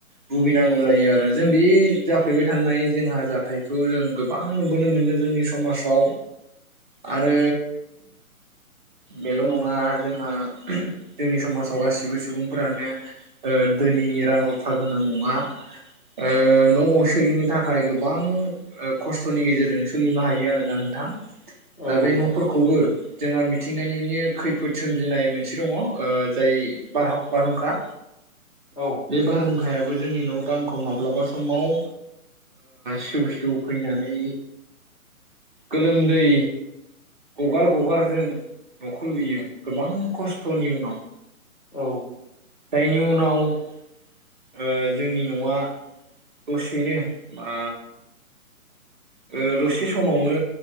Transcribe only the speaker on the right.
भुगिनांगौ जायो आरो जों बे जाफेरबाय थानाय जोंहा जाथायखौ जों गोबां नुबोनो मोनदों जोंनि समाजाव आरो बेल' नङा जोंहा जोंनि समाजाव गासिबो सुबुं रां रुफा गोनां नङा ओ न'गंसे लुनो थाखाय गोबां खस्थ'नि गेजेरजों सोलिनो हायो। गैया आरोना नोंथां।
दा
बे न'फोरखौबो जोंहा मिथिंगानिनो खैफोद सोमजिनाय मोनसे दंङ जाय बारहाव बारहुंखा
बे बार बारयाबो जोंनि न' बांखौ माब्लाबा समाव सिउ सिउ फैनानै गोलोमदै गगार गगार जों न'खौ लुयो गोबां खस्थ'नि उनाव।
जायनि उनाव ओ जोंनि न'आ दसेनो बा ओ दसे समावनो